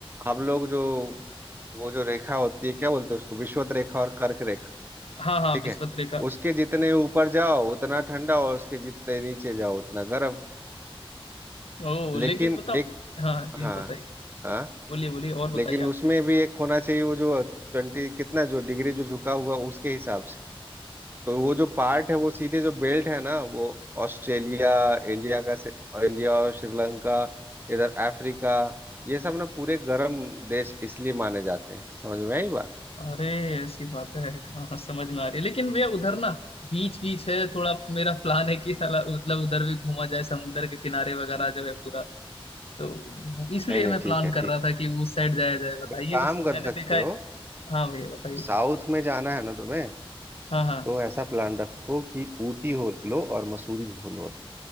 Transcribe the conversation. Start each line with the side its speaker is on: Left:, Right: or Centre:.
Right: हम लोग जो वो जो रेखा होती है क्या बोलते हैं उसको विषुवत रेखा और कर्क रेखा
Left: हाँ हाँ
Right: ठीक
Left: विश्वत
Right: है
Left: रेखा
Right: उसके जितने ऊपर जाओ उतना ठंडा और उसके जितने नीचे जाओ उतना गर्म
Left: ओह
Right: लेकिन
Left: लेकिन बताओ
Right: एक
Left: हाँ जी
Right: हाँ
Left: हाँ बताइए
Right: हाँ
Left: बोलिए बोलिए और बताइए
Right: लेकिन उसमें
Left: आप क्या
Right: भी एक होना चाहिए वो जो ट्वेंटी कितना जो डिग्री जो झुका हुआ उसके हिसाब से तो वो जो पार्ट है वो सीधे जो बेल्ट है ना वो ऑस्ट्रेलिया इंडिया का से- इंडिया और श्रीलंका इधर अफ्रीका ये सब ना पूरे गर्म देश इसलिए माने जाते हैं समझ में आई बात
Left: अरे ऐसी बात है हाँ हाँ, समझ में आ रही है लेकिन भैया उधर ना बीच बीच है थोड़ा मेरा प्लान है कि साला मतलब उधर भी घूमा जाए समुंदर के किनारे वगैरह जो है पूरा तो इसलिए
Right: नहीं नहीं
Left: मैं प्लान
Right: ठीक है
Left: कर
Right: ठीक
Left: रहा था कि उस साइड जाया जाए बताइए
Right: है एक काम
Left: उस मैंने
Right: कर सकते
Left: देखा
Right: हो
Left: है हाँ भैया बताइए
Right: साउथ में जाना है ना तुम्हें
Left: हाँ हाँ
Right: तो ऐसा प्लान रखो कि ऊटी हो लो और मसूरी हो लो अभी